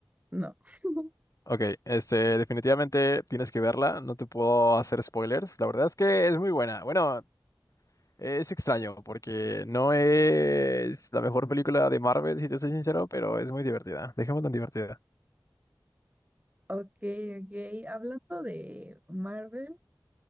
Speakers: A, on the right; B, on the left.
A: No. <laughs>
B: Ok, este, definitivamente tienes que verla, no te puedo hacer spoilers. La verdad es que es muy buena. Bueno, es extraño porque no es la mejor película de Marvel, si te soy sincero, pero es muy divertida. Dejemos tan divertida.
A: Ok, ok. Hablando de Marvel,